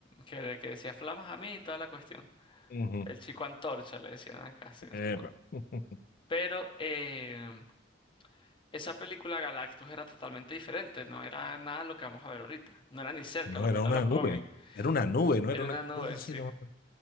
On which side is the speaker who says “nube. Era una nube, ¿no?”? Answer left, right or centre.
Left